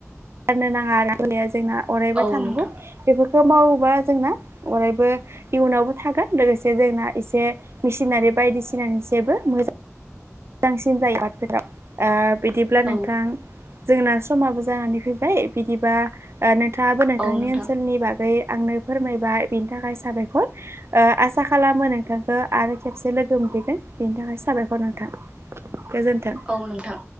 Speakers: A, on the right; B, on the right.
A: गारनो नाङा आरो गुलिया जोंना अरायबो
B: औ
A: थानांगौ
B: नोंथां
A: बेफोरखौ मावोबा जोंना अरायबो इयुनावबो थागोन लोगोसे जोंना एसे मेसिनारि बायदिसिना जेबो मोज मोजांसिन जायो बा <unintelligible> राव ओ बिदिब्ला
B: औ
A: नोंथां जोंना समाबो जानानै फैबाय बिदिबा ओ नोंथाङाबो नोंथांनि
B: औ नोंथां
A: ओनसोलनि बागै आंनो फोरमायबाय बिनि थाखाय साबायखर ओ आसा खालामो नोंथांखौ आरो खेबसे लोगो मोन थाफैगोन बेनि थाखाय साबायखर नोंथां। गोजोन्थों।
B: औ नोंथां।